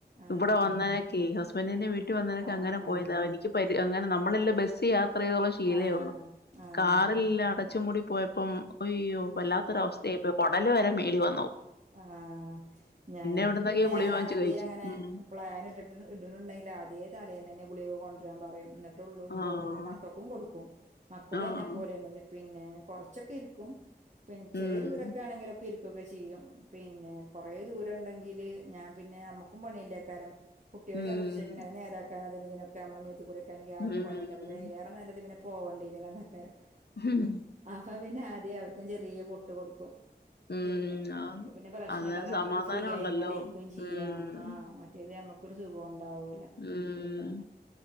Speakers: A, on the right; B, on the left.
A: ആഹ്
B: ഇവിടെ വന്നനക്കെ <unintelligible>
A: ആഹ്
B: <unintelligible> അങ്ങനെ
A: ആഹ്
B: പോയത എനിക്ക് പരി അങ്ങനെ നമ്മളല്ല ബസ് യാ അത്രയോളം ശീലേ
A: ആഹ്
B: ഉള്ളു
A: ആഹ്
B: കാറില്ലട ച്ചുമൂടി പോയപ്പം അയ്യോ അല്ലാത്തരവസ്ഥയ ഇപ്പ കൊടല് വരെ മേ ഇവ
A: ആഹ ഞാൻ എനിക്ക്
B: എവിടന്നൊക്കെയോ
A: പിന്നെ
B: ഗുളിക
A: ഞാൻ
B: വാങ്ങിച്ചു
A: ആദ്യേ
B: കഴിച്ചു
A: അങ്ങനെ
B: ഉം
A: പ്ലാൻ ഇട്ടിട്ട് ഇടുന്നുണ്ടെങ്കിൽ ആദ്യേ തലേന്ന് തന്നെ ഗുളിക കൊണ്ടര്യാൻ പറയും ട്ടൊള്ളൂ
B: ആഹ്
A: പോവുള്ളൂ മക്കൾക്കും കൊടുക്കും മക്കളും
B: ആഹ്
A: എന്നെ പോലെയാണ് പിന്നെ കൊറച്ചൊക്കെ ഇരിക്കും പെ ചെറിയ
B: ഉം
A: ദൂരൊക്കെ ആണെങ്കിലൊക്കെ ഇരി കൊക്കെ ചെയ്യും പിന്നെ കുറേ ദൂരം ഇണ്ടെങ്കിൽ ഞാൻ പിന്നെ ഞമ്മക്കും പണിയല്ലേക്കാരം കുട്ടികൾ
B: ഉം
A: ചർദ്ദിച്ചേ പിന്നെ നേരാാക്കാനാ അതിന് ഇതിനൊക്കെ നമ്മുടെ മേത്ത് കൂടെ <unintelligible>
B: ഉം
A: പോകേണ്ടി ന്നീ ലെന്നെക്കാരം
B: ഉം
A: അപ്പ പിന്നെ ആദ്യം അവർക്കും ചെറിയ പൊട്ട് <unintelligible> കൊടുക്കും
B: ഉം
A: ഗുളിക
B: ആന്ന്
A: അപ്പൊ പിന്നെ പ്രശ്നയില്ലാതെ
B: അന്നേരം സമാധാനം
A: നമ്മുക്ക് ഫ്രീ ആയി
B: ഉണ്ടല്ലോ
A: ഇങ്ങാട് ഇരിക്കേയെചെയ്യാം
B: ഉം
A: ആഹ മറ്റേത് നമ ഒരു സുഖം ഉണ്ട് ഉണ്ടാവാവുല്യ
B: ഉം
A: പിന്നെ